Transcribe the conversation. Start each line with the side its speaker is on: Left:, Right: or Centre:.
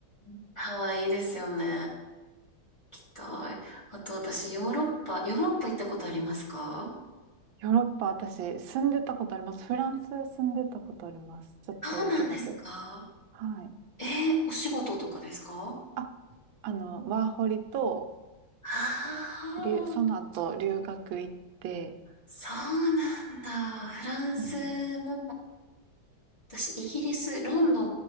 Left: う。ハワイいいですよね。行きっと。あと私、ヨーロッパ、ヨーロッパ行ったことありますか
Right: ヨーロッパ、私、住んでたことあります。フランス住んでたことあります。ちょっとだけだけど。
Left: そうなんですか
Right: はい。
Left: えーお仕事とかですか
Right: あ、あの、ワーホリと、
Left: ああー、
Right: 留その後、留学行って、
Left: そうなんだ。フランスも
Right: うん。
Left: 私、イギリス、ロンド